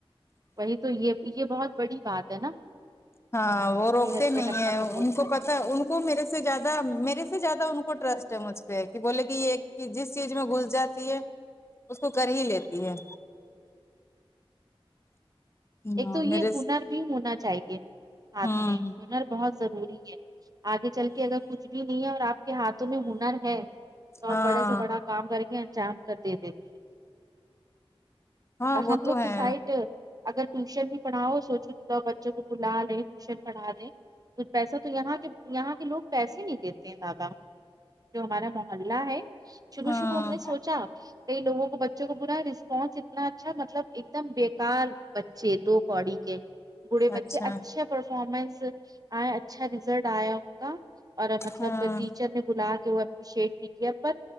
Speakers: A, on the right; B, on the left.
A: وہی تو یہ یہ بہت بڑی بات ہے نا
B: ہاں وہ روکتے
A: کہ ہسبینڈ
B: نہیں
A: اپنا
B: ہیں
A: سپورٹ
B: ان
A: کر
B: کو
A: رہے
B: پتا ان کو میرے سے زیادہ میرے سے زیادہ ان کو ٹرسٹ ہے مجھ پہ کہ بولے کہ یہ ایک جس چیز میں گھس جاتی ہے اس کو کر ہی لیتی ہے
A: ایک
B: ہاں
A: تو
B: میرے
A: یہ ہنر بھی ہونا چاہیے ہاتھ
B: ہوں
A: میں بہت ضروری ہے آگے چل کے اگر کچھ بھی نہیں ہے اور آپ کے ہاتھوں میں ہنر ہے تو
B: ہاں
A: آپ بڑے سے بڑا کام کر کے انجام کر دے دیتی ہیں
B: ہاں
A: اور
B: وہ
A: ہم
B: تو
A: لوگ کے
B: ہے
A: سائڈ اگر ٹیوشن بھی پڑھاؤ سوچوا بچوں کو بلا دیں ٹیوشن پڑھا دیں کچھ پیسہ تو یہاں کے یہاں کے لوگ پیسے ہی نہیں دیتے ہیں دادا جو ہمارا محلہ ہے شروع
B: ہاں
A: شروع ہم نے سوچا کئی لوگوں کو بچوں کو برا رسپانس اتنا اچھا مطلب ایک دم بیکار بچے دو پڑی کے بوڑھے بچے
B: اچھا
A: اچھے پرفارمنس آ اچھا رزلٹ آیا ان کا اور مطلب
B: ہاں
A: ٹیچر نے بلا کے وہ اپریشیٹ بھی کیا پر